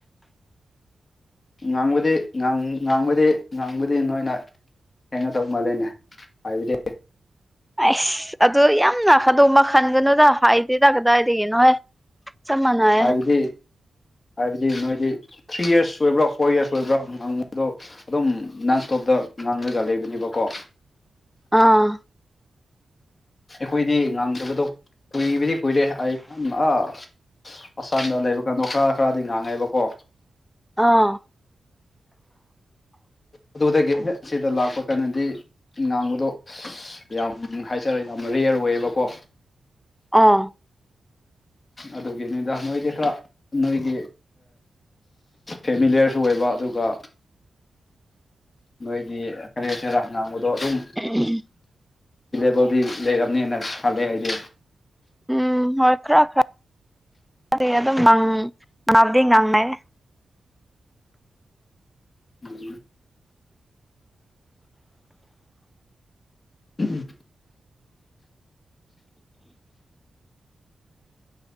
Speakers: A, on the left; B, in the centre.
A: ꯉꯥꯡꯕꯗꯤ ꯉꯥꯡ ꯉꯥꯡꯕꯗꯤ ꯉꯥꯡꯕꯗꯤ ꯅꯣꯏꯅ ꯍꯦꯟꯒꯧ ꯃꯥꯜꯂꯦꯅꯦ ꯍꯥꯏꯕꯗꯤ
B: ꯑꯩꯁ ꯑꯗꯨ ꯌꯥꯝ ꯑꯗꯨꯒꯨꯝꯕ ꯃꯈꯟꯒꯅꯣꯗ ꯍꯥꯏꯗꯦꯗ ꯀꯗꯥꯏꯗꯒꯤꯅꯣꯍꯦ ꯆꯞ ꯃꯥꯟꯅꯩꯌꯦ
A: ꯍꯥꯏꯕꯗꯤ ꯍꯥꯏꯕꯗꯤ ꯅꯣꯏꯗꯤ ꯊ꯭ꯔꯤ ꯌꯔꯁ ꯑꯣꯏꯕ꯭ꯔꯥ ꯐꯣꯔ ꯌꯔꯁ ꯑꯣꯏꯕ꯭ꯔꯥ ꯉꯥꯡꯕꯗꯣ ꯑꯗꯨꯝ ꯅꯟ ꯁꯇꯣꯞꯇ ꯉꯥꯡꯂꯒ ꯂꯩꯕꯅꯤꯕꯀꯣ
B: ꯑꯥ
A: ꯑꯩꯈꯣꯏꯗꯤ ꯉꯥꯡꯗꯕꯗꯣ ꯀꯨꯏꯕꯗꯤ ꯀꯨꯏꯔꯦ ꯑꯩ ꯑ ꯑꯁꯥꯝꯗ ꯂꯩꯕ ꯀꯥꯟꯗꯣ ꯈꯔ ꯈꯔꯗꯤ ꯉꯥꯡꯉꯦꯕꯀꯣ
B: ꯑꯥ
A: ꯑꯗꯨꯗꯒꯤ ꯁꯤꯗ ꯂꯥꯛꯄ ꯀꯥꯟꯗꯗꯤ ꯉꯥꯡꯕꯗꯣ ꯌꯥꯝ ꯍꯥꯏꯖꯔꯦ ꯌꯥꯝ ꯔꯦꯌꯔ ꯑꯣꯏꯌꯦꯕꯀꯣ
B: ꯑꯥ
A: ꯑꯗꯨꯒꯤ ꯅꯤꯗꯥ ꯅꯣꯏꯗꯤ ꯈꯔ ꯅꯣꯏꯒꯤ ꯐꯦꯃꯤꯂꯤꯌꯔꯁꯨ ꯑꯣꯏꯕ ꯑꯗꯨꯒ ꯅꯣꯏꯒꯤ ꯀꯔꯤ ꯀꯔꯥ ꯉꯥꯡꯕꯗꯣ ꯑꯗꯨꯝ
B: <unintelligible>
A: ꯏꯂꯦꯕꯜꯗꯤ ꯂꯩꯔꯝꯅꯤꯅ ꯈꯜꯂꯦ ꯑꯩꯗꯤ
B: ꯎꯝ ꯍꯣꯏ ꯈꯔ ꯈꯔꯗꯤ ꯑꯗꯨꯝ ꯉꯪ ꯉꯥꯡꯕꯗꯤ ꯉꯥꯡꯅꯩ
A: ꯎꯝ <unintelligible>